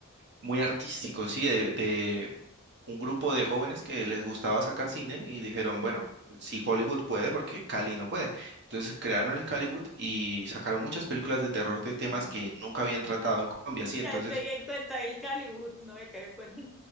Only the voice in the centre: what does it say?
Mm.
Ya me di en cuenta el Calibut, no me caí en cuenta